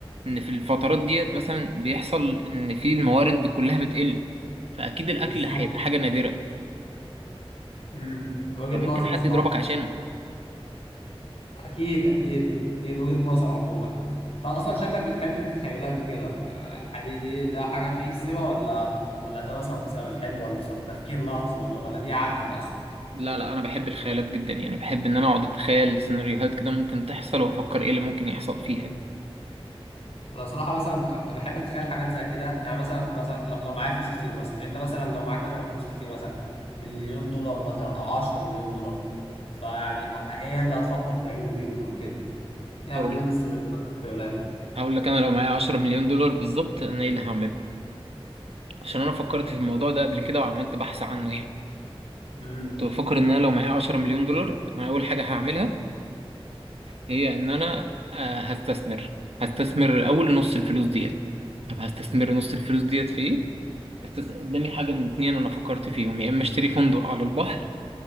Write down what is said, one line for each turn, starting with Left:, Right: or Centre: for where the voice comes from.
Right: ان في الفترات ديت مثلا بيحصل ان في الموارد كلها بتقل فاكيد الاكل
Left: بالظبط
Right: هيبقى حاجة نادرة
Left: امم وجهة
Right: فممكن
Left: نظر
Right: حد
Left: صراحة
Right: يضربك
Left: يعني
Right: عشانه
Left: اكيد اكيد اكيد وجهة نظر عموما انت اصلا شكلك بتحب التخيلات وكده آه، حدي دي ده حاجة فيك سبا ولا ولا ده مثلا بسبب الحلم ولا بسبب تفكير لحظي ولا ولا دي عادتك اصلا
Right: لا لا انا بحب الخيالات جدا يعني بحب ان انا اقعد اتخيل سيناريوهات كده ممكن تحصل وافكر ايه اللي ممكن يحصل فيها
Left: انا صراحة مثلا أب- بحب اتخيل حاجات زي كده يعني مثلا مثلا لو لو معايا فلوس كتير مثلا انت مثلا لو معاك مثلا فلوس كتير مثلا مليون دولار مثلا او 10 مليون دولار فيعني ه- ايه اللي هتفكر تعمله بيهم او كده يا
Right: او
Left: عم دول السيناريوهات والتخيلات
Right: هقول لك انا لو معايا 10 مليون دولار بالظبط انا ايه اللي هعمله عشان انا فكرت في الموضوع ده قبل كده وعملت بحث عنه يعني
Left: امم
Right: كنت بفكر ان انا لو معايا 10 مليون دولار انا اول حاجه هعملها هي ان انا آه، هستثمر هستثمر الاول نص الفلوس ديت طب هستثمر نص الفلوس ديت في ايه هستث... قدامي حاجه من اتنين انا فكرت فيهم يا اما اشتري فندق على البحر